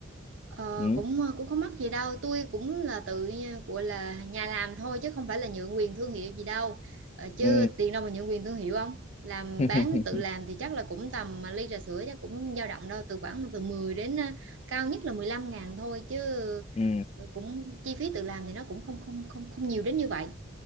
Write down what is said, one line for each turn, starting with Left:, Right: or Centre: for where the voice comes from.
Right: Ờ,
Left: ừ
Right: cũng ờ, cũng không mắc gì đâu tôi cũng là tự nha- gọi là nhà làm thôi chứ không phải là nhượng quyền thương hiệu gì đâu ờ, chứ
Left: ừ
Right: tiền đâu mà nhượng quyền thương hiệu không làm
Left: <laughs>
Right: bán tự làm thì chắc là cũng tầm mà ly trà sữa chắc cũng dao động đâu từ khoảng từ 10 đến ờ, cao nhất là mười lăm ngàn thôi chứ
Left: ừ
Right: ờ, cũng chi phí tự làm thì nó cũng không không không không nhiều đến như vậy